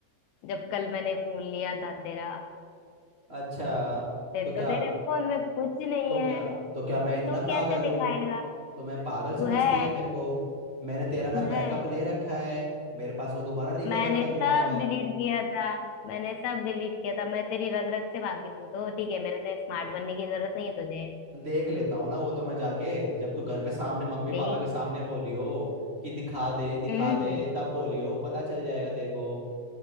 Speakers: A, on the left; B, on the right.
A: जब कल मैंने फोन लिया था तेरा
B: अच्छा
A: तेरे
B: तो
A: तो
B: क्या
A: तेरे फोन में कुछ नहीं
B: तो क्या
A: है
B: तो क्या मैं
A: तो
B: इतना
A: तू
B: पागल
A: कैसे
B: हूँ
A: दिखाएगा
B: तो मैं पागल समझती
A: तू है
B: है मेरे को मैंने तेरा ना
A: तू है
B: बैकअप ले रखा है मेरे पास वो दोबारा रिकवर
A: मैंने
B: कर लूंगा
A: सब
B: मैं
A: डिलीट किया था मैंने सब डिलीट किया था मैं तेरी रग रग से वाकिफ हूँ तो ठीक है मेरे से स्मार्ट बनने की जरूरत नहीं है तुझे
B: देख लेता हूँ ना वो तो मैं जाके जब तू घर पे सामने मम्मी
A: देख
B: पापा के सामने बोलियो कि दिखा दे दिखा
A: हम्म
B: दे तब बोलियो पता चल जाएगा तेरे को